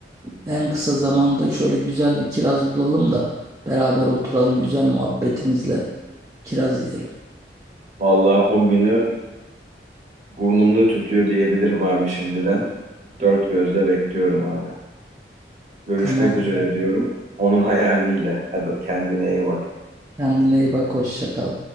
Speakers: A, on the right; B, on the right.
A: en kısa zamanda şöyle güzel bir kiraz bulalım da beraber oturalım güzel muhabbetimizle kiraz yiyelim.
B: Vallahi o günü burnumda tütüyor diyebilirim abi şimdiden. Dört gözle bekliyorum abi. Görüşmek
A: Tamam.
B: üzere
A: tamam.
B: diyorum. Onun hayaliyle. Hadi kendine iyi bak.
A: Kendine iyi bak hoşça kal.